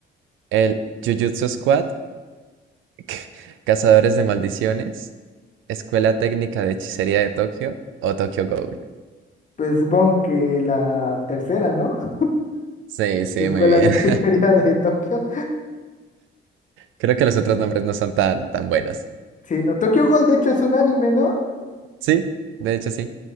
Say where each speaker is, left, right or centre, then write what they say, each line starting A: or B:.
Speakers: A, on the right; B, on the left.
A: el Jujutsu Squad, <laughs> Cazadores de Maldiciones, Escuela Técnica de Hechicería de Tokio o Tokyo Ghoul.
B: Pues supongo que la tercera, ¿no? <laughs>
A: Sí, sí,
B: La escuela
A: muy bien.
B: de hechicería
A: <laughs>
B: de Tokio.
A: Creo que los otros nombres no son tan, tan buenos.
B: Sí, no. Tokyo Ghoul, de hecho, es un anime, ¿no?
A: Sí, de hecho sí.